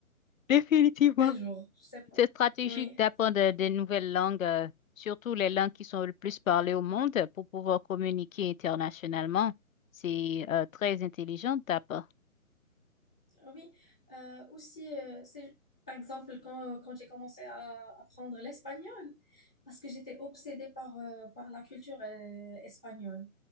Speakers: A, on the left (about 65°); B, in the centre.
A: définitivement.
B: un jour, je sais pas.
A: C'est stratégique
B: Oui,
A: d'apprendre euh, des nouvelles langues, euh, surtout les langues qui sont le plus parlées au monde pour pouvoir communiquer internationalement. C'est euh, très intelligent de ta part.
B: Ah oui. Euh, aussi, euh, c'est, par exemple, quand, quand j'ai commencé à apprendre l'espagnol, parce que j'étais obsédée par, euh, par la culture euh, espagnole.